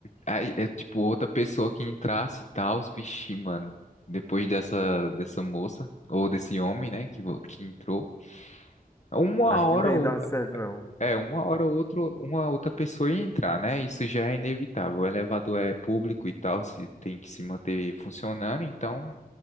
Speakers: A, on the left; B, on the left.
A: aí é tipo outra pessoa que entrasse e tal, vixi, mano. Depois dessa dessa moça ou desse homem, né, que vo- que entrou. Uma
B: Acho que
A: hora
B: não ia
A: ou
B: dar certo, não.
A: É, uma hora ou outra, uma outra pessoa ia entrar, né? Isso já é inevitável. O elevador é público e tal, se tem que se manter funcionando, então